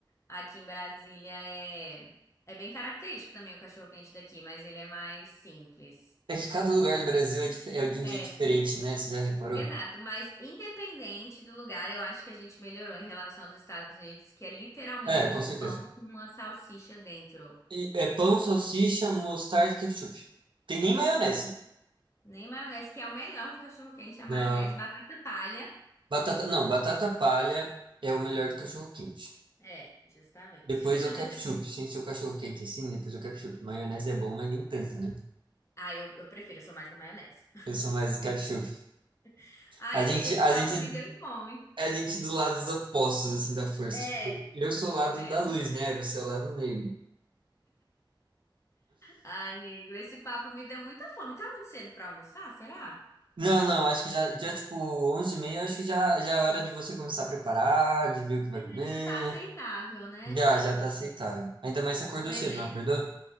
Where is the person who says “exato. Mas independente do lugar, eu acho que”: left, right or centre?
Left